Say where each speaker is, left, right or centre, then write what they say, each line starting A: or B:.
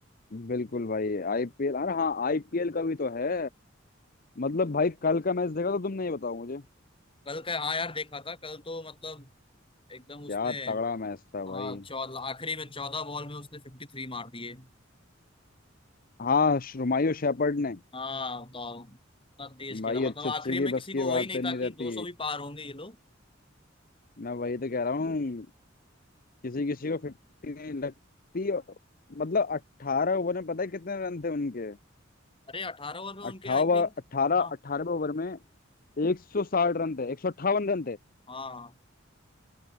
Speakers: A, on the left; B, on the left.
A: बिल्कुल भाई आईपीएल अरे हाँ आईपीएल का भी तो है मतलब भाई कल का मैच देखा तो तुमने ये बताओ मुझे
B: कल का हाँ यार देखा था कल तो मतलब एकदम उसने
A: क्या तगड़ा मैच था
B: हाँ
A: भाई
B: चौदह आखिरी में चौदह बॉल में उसने फिफ्टी थ्री मार दिए
A: हाँ हुमायूं शेफर्ड ने
B: हाँ बताओ इतना तेज
A: भाई
B: खेला मतलब
A: अच्छे
B: आखिरी
A: अच्छे की
B: में किसी
A: बस
B: को
A: की
B: वही
A: बात
B: नहीं
A: नहीं
B: था कि
A: रहती
B: दो सौ भी पार होंगे ये लोग
A: मैं वही तो कह रहा हूँ किसी किसी को फिफ्टी लगती है। मतलब अट्ठारह ओवर में पता है कितने रन थे उनके
B: अरे अठारह ओवर में उनके
A: अट्ठावन
B: आई थिंक
A: अट्ठारह
B: हाँ
A: अट्ठारहवें ओवर में एक सौ साठ रन थे एक सौ अट्ठावन रन थे
B: हाँ